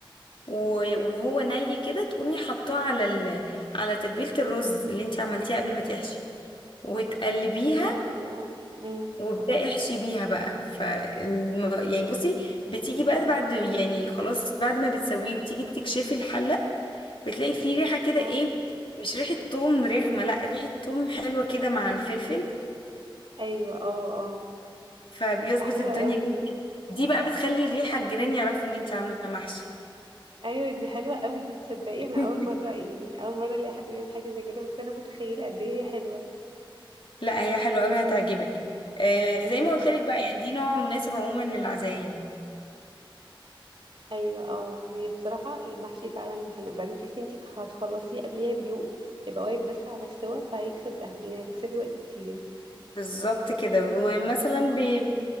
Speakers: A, on the left (about 70°); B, on the right (about 65°).
A: و- وهو ني كده تقومي حطاه على ال... على تتبيلة الرز اللي انت عملتيها قبل ما تحشي وتقلبيها
B: الله امم
A: وابدأي احشي بيها بقى ف يعني بصي بتيجي بقى بعد يعني خلاص بعد ما بتسويه وتيجي تكشفي الحلة بتلاقي فيه ريحة كده
B: اه
A: ايه مش ريحة توم رخمة لا ريحة توم حلوة كده مع الفلفل
B: ايوه اه اه
A: فبيظبط
B: دي بتبقى حلوه
A: الدنيا
B: قوي
A: كده
B: دي
A: دي بقى بتخلي الريحة الجيران يعرفوا ان انت عاملة محشي
B: ايوه دي حلوه قوي دي تصدقي
A: <laughs>
B: انا اول مره يعني اول مره الاقي حد بيعمل حاجه زي كده بس انا متخيله قد ايه هي حلوه
A: لا هي حلوة قوي هتعجبك آه
B: امم
A: زي ما قلت لك بقى يعني دي نوع مناسب عموما للعزايم
B: ايوه اه هي بصراحه المحشي فعلا حلو وبعدين تحسي انتي تخ- هتخلصيه قبليها بيوم هيبقى واقف بس على السوا فهيكسب يعني هتكسبي وقت كتير
A: بالظبط
B: مكنتش
A: كده
B: واخدة بالي
A: ومثلا
B: من الموضوع ده فعلا
A: بي...